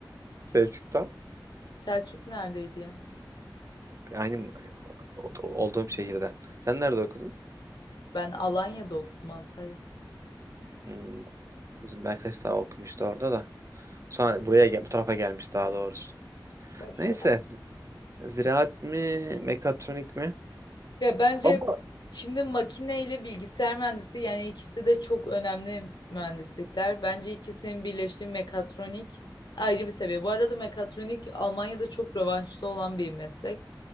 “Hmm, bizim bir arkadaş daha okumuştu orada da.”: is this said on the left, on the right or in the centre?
Right